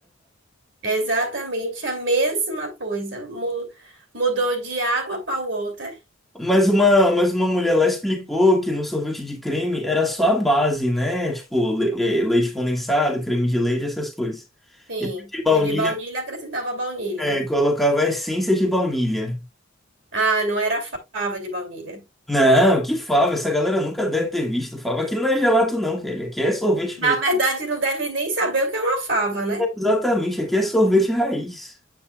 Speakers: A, on the right; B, in the centre.
A: É exatamente a mesma coisa. Mu- Mudou de água para o water.
B: Mas uma, mas uma mulher lá explicou que no sorvete de creme era só a base, né? Tipo, le- eh, leite condensado, creme de leite, essas coisas.
A: Sim.
B: E de baunilha,
A: E o de baunilha acrescentava baunilha.
B: eh, colocava a essência de baunilha.
A: Ah, não era fava de baunilha.
B: Não, que fava, essa galera nunca deve ter visto fava. Aqui não é gelato não, velho. Aqui é sorvete
A: Na
B: mesmo.
A: verdade, não deve nem saber o que é uma fava, né?
B: É, Exatamente, aqui é sorvete raiz.